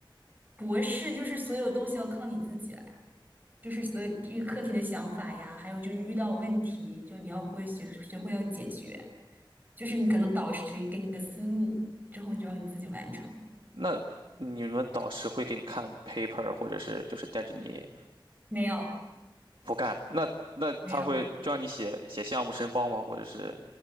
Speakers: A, on the right; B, on the right.
A: 博士就是所有东西要靠你自己来就是所以这个课题的想法呀，还有就是遇到问题，就你要会学学会要解决，就是你可能导师只给你个思路，之后你就让你自己完成。
B: 那你们导师会给你看 paper，或者是就是带着你
A: 没有，
B: 不干？那那他会就让你写写项目申报吗？
A: 没有，
B: 或者是